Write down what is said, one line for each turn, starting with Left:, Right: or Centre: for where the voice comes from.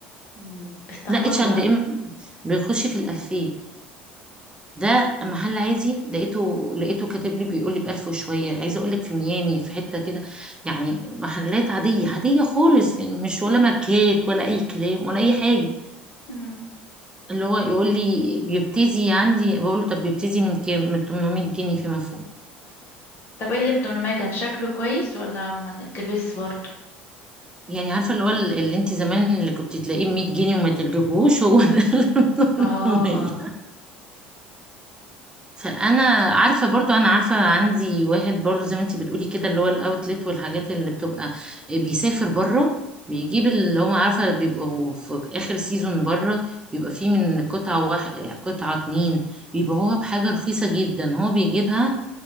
Left: مم، استعبطوا
Right: لا اتش اند
Left: بقى
Right: ام بيخش في الألفين ده محل عادي لقيته لقيته كاتب لي بيقول لي بألف وشوية عايزة أقول لك في ميامي في حتة كده يعني محلات عادية عادية خالص يعني مش ولا ماركات ولا أي كلام ولا أي حاجة
Left: مم.
Right: اللي هو يقول لي بيبتدي عندي بقول له طب بيبتدي من كام من 800 جنيه فيما فوق
Left: طب ايه اللي بتمنى كان شكله كويس ولا ما تلبس برضه
Right: يعني عارفه اللي هو ال- اللي انت زمان اللي كنت تلاقيه ب 100 جنيه وما تجيبهوش هو ده اللي <laughs> ب
Left: اه
Right: 800 فانا عارفه برضو انا عارفه عندي واحد برضو زي ما انت بتقولي كده اللي هو الاوتلت والحاجات اللي بتبقى بيسافر بره بيجيب اللي هم عارفه بيبقوا في اخر سيزون بره بيبقى فيه من قطعه واحد قطعه اتنين بيبيعوها بحاجه رخيصه جدا هو بيجيبها